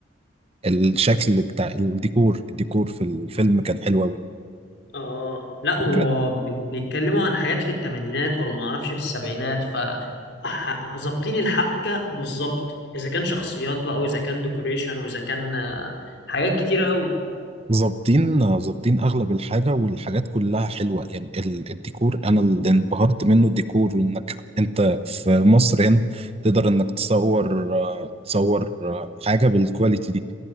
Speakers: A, on the right; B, on the left.
A: الشكل بتاع الديكور الديكور في الفيلم كان حلو أوي
B: اه لا
A: وفكرة
B: وهو بي- بيتكلموا عن حاجات في الثمانينات ولا ما اعرفش في السبعينات ف ح- ظابطين الحبكة بالظبط اذا كان شخصيات بقى واذا كان ديكوريشن واذا كان آه، حاجات كتيرة قوي
A: ظابطين ظابطين أغلب الحاجة والحاجات كلها حلوة يعني ال- الديكور أنا اللي انبهرت منه الديكور وإنك أنت في مصر هنا تقدر إنك تصور آه، تصور آه، حاجة بالكواليتي دي